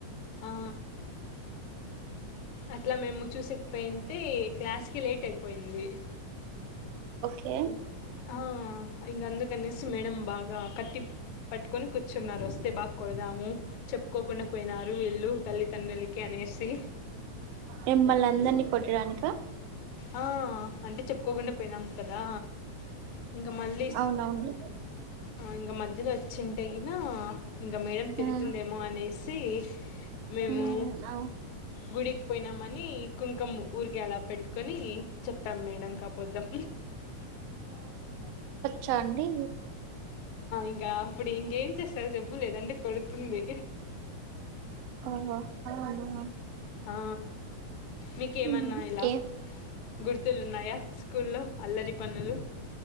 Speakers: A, on the left; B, on the right.
A: ఆ అట్లా మేము చూసెక్ పోయింటి క్లాస్కిి లేట్ అయిపోయింది
B: కే
A: ఆ ఇంగ అందుకనేసి మేడం బాగా కట్టి పట్టుకొని కూర్చున్నారు వస్తే బాగా కొడుదాము చెప్పుకోకుండా పోయినారు వీళ్ళు తల్లిదండ్రులకి అనేసి
B: మిమ్మల్ని అందరినీ కొట్టడానికా
A: ఆ అంటే చెప్ కొకుండా పోయినాం కదా ఇంకా మళ్ళీ
B: అవునవును
A: ఇంగ మధ్యలో వచ్చింటే గినా మేడం తిడుతుందేమో
B: ఉమ్
A: అనేసి సి మేము
B: ఉమ్ అవు
A: గుడి పోయినామని కుంకమ్ ఊరికే ఎలా పెట్టు కొనీ చెప్పాం మేడం కబద్దాం
B: చ అండి
A: ఇంకా అప్పుడు ఇంకేం చేస్తారు చెప్పు లేదంటే కొడుతుంది
B: ఆహ అహ హ
A: ఆ మీకేమన్నా
B: ఉమ్,
A: ఇలా
B: ఏ
A: గుర్తులు ఉన్నాయా స్కూల్లో అల్లరి పనులు